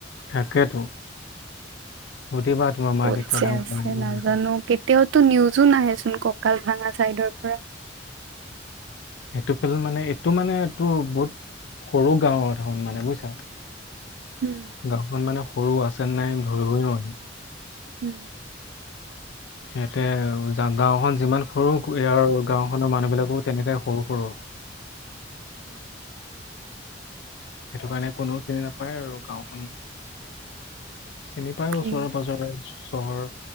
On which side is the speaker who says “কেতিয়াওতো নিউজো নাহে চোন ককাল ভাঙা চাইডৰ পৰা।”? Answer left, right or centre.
Right